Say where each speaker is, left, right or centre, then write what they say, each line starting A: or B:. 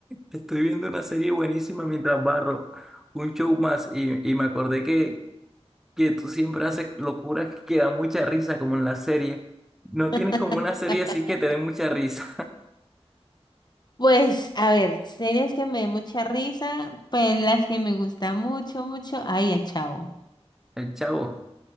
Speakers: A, in the centre; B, on the left (about 40°).
A: te estoy viendo una serie buenísima mientras barro, un show más, y, y me acordé que, que tú siempre haces locuras que dan mucha risa, como en la serie. No
B: <laughs>
A: tienes como una serie así que te dé mucha risa,
B: Pues, a ver, series que me dan mucha risa, pues las que me gusta mucho, mucho. Ay, El Chavo.
A: <laughs> el chavo,